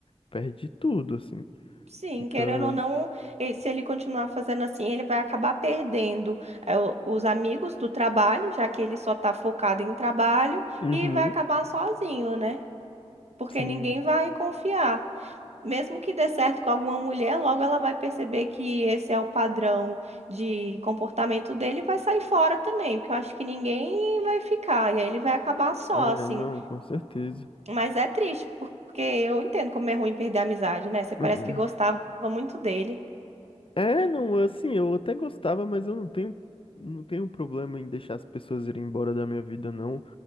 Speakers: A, on the left (about 55°); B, on the right (about 75°).
A: perde tudo, assim.
B: Sim,
A: Fica.
B: querendo ou não, e- se ele continuar fazendo assim, ele vai acabar perdendo é, o- os amigos do trabalho, já que ele só tá focado em trabalho,
A: Uhum,
B: e vai acabar sozinho, né? Porque
A: sim.
B: ninguém vai confiar. Mesmo que dê certo com alguma mulher, logo ela vai perceber que esse é o padrão de comportamento dele e vai sair fora também, porque eu acho que ninguém vai ficar, e aí ele vai acabar só,
A: É,
B: assim.
A: não, com certeza.
B: Mas é triste, porque eu entendo como é ruim perder a amizade, né? Você parece
A: Hum,
B: que gostava muito dele.
A: É, não, assim, eu até gostava, mas eu não tenho, não tenho problema em deixar as pessoas irem embora da minha vida, não.